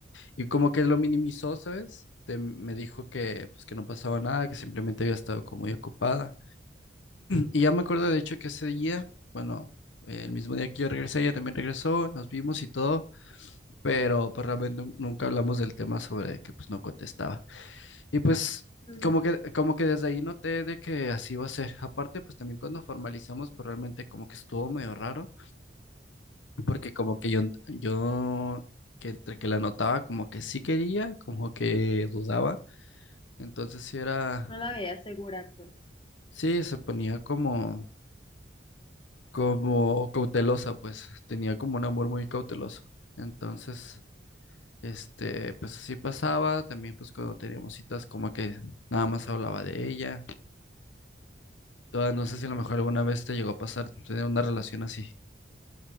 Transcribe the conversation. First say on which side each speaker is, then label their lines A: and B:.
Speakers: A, on the left; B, on the left.
A: Y como que lo minimizó, ¿sabes? De- me dijo que, pues, que no pasaba nada, que simplemente había estado como muy ocupada. Y ya me acuerdo, de hecho, que ese día, bueno, eh, el mismo día que yo regresé, ella también regresó, nos vimos y todo, pero pues realmente nu- nunca hablamos del tema sobre que, pues, no contestaba. Y pues
B: Mm,
A: como que, como que desde ahí noté de que así iba a ser. Aparte, pues también cuando formalizamos, pues realmente como que estuvo medio raro, porque como que yo, yo que entre que la notaba como que sí quería, como que dudaba. Entonces sí era,
B: No la veía segura, pues.
A: sí, se ponía como, como cautelosa, pues tenía como un amor muy cauteloso. Entonces, este, pues así pasaba. También pues cuando teníamos citas como que nada más hablaba de ella. Ah, No sé si a lo mejor alguna vez te llegó a pasar tener una relación así.